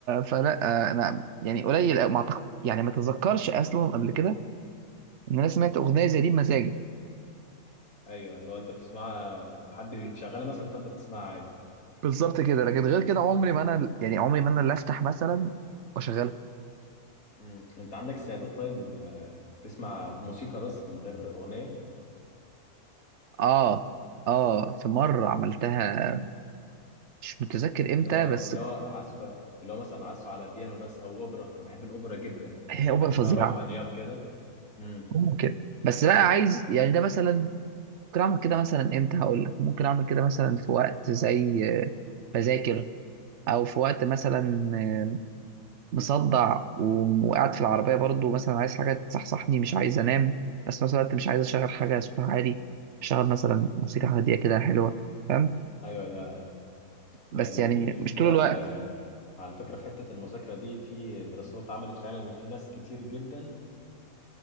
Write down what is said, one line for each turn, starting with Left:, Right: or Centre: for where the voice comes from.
Right: فلا آه، انا يعني قليل أوي ما أعتقد- يعني ما تذكرش اصلا قبل كده ان انا سمعت اغنيه زي دي بمزاجي
Left: ايوه اللي هو انت بتسمع حد مشغله مثلا فانت بتسمعها عادي
Right: بالظبط كده لكن غير كده عمري ما انا يعني عمري ما انا اللي افتح مثلا واشغلها
Left: مم. انت عندك استعداد طيب آه، تسمع موسيقى بس من غير اغنيه
Right: اه اه في مرة عملتها مش متذكر امتى
Left: اللي هو
Right: بس
Left: اللي هو عزف اللي هو مثلا عزف على بيانو بس او اوبرا انا بحب الاوبرا جدا يعني
Right: هي اوبرا
Left: بحسها
Right: فظيعة
Left: روحانيات كده امم
Right: ممكن بس بقى عايز يعني ده مثلا ممكن اعمل كده مثلا امتى هقول لك ممكن اعمل كده مثلا في وقت زي آه، بذاكر او في وقت مثلا آه، مصدع و- وقاعد في العربية برضو مثلا عايز حاجة تصحصحني مش عايز انام بس في نفس الوقت مش عايز اشغل حاجة صوتها عالي اشغل مثلا موسيقى هادية كده حلوة فاهم
Left: ايوه يا
Right: بس
Left: يعني
Right: يعني
Left: الفكره
Right: مش طول الوقت
Left: ال- على فكره في حته المذاكره دي في دراسات اتعملت فعلا ان في ناس كتير جدا